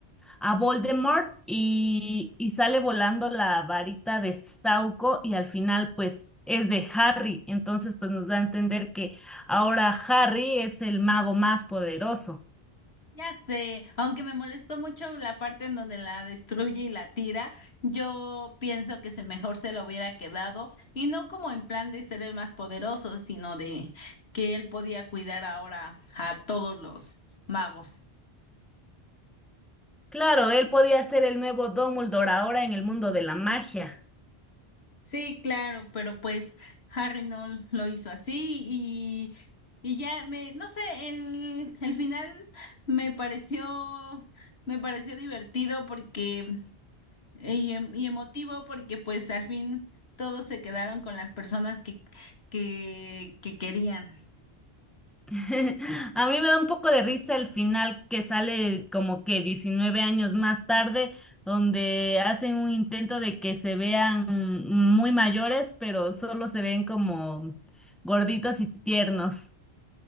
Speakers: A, in the centre; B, on the left.
A: a Voldemort y, y sale volando la varita de Sauco y al final pues es de Harry, entonces pues nos da a entender que ahora Harry es el mago más poderoso.
B: Ya sé, aunque me molestó mucho la parte en donde la destruye y la tira, yo pienso que se mejor se lo hubiera quedado, y no como en plan de ser el más poderoso, sino de que él podía cuidar ahora a todos los magos.
A: Claro, él podía ser el nuevo Dumbledore ahora en el mundo de la magia.
B: Sí, claro, pero pues Harry no lo hizo así y, y ya me, no sé, el, el final me pareció, me pareció divertido porque y, em- y emotivo porque pues al fin todos se quedaron con las personas que, que, que querían.
A: <laughs> A mí me da un poco de risa el final que sale como que 19 años más tarde, donde hacen un intento de que se vean muy mayores, pero solo se ven como gorditos y tiernos.